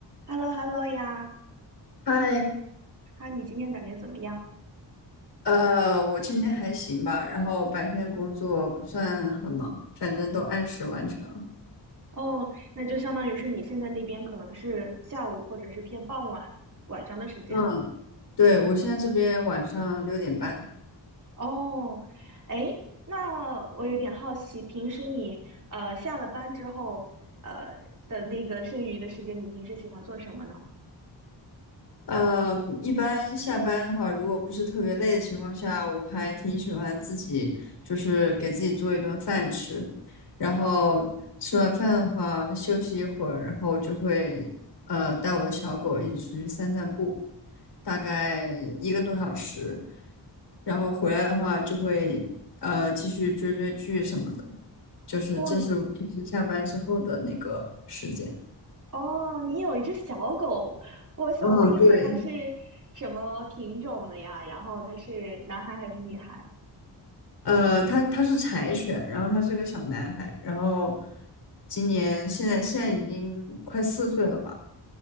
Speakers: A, on the right; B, on the left.
A: h e l l o h e l l o 呀，
B: 嗨，
A: 啊，你今天感觉怎么样？
B: 呃，我今天还行吧，然后白天的工作不算很忙，反正都按时完成了。
A: 哦，那就相当于是你现在那边可能是下午或者是偏傍晚晚上的时间。
B: 嗯，对，我现在这边晚上六点半。
A: 哦，哎，那我有点好奇，平时你呃下了班之后呃的那个剩余的时间，你平时喜欢做什么呢？
B: 呃，一般下班的话，如果不是特别累的情况下，我还挺喜欢自己，就是给自己做一顿饭吃，然后吃完饭的话，休息一会儿，然后我就会呃带我的小狗一起出去散散步，大概一个多小时，然后回来的话就会呃继续追追剧什么的，就是这是我平时下班之后的那个时间。
A: 哦你哦，你有一只小狗，我想问一下它是什么品种的呀？
B: 嗯，对。
A: 然后它是男孩还是女孩？
B: 呃，他他是柴犬，然后他是个小男孩，然后今年现在现在已经快四岁了吧？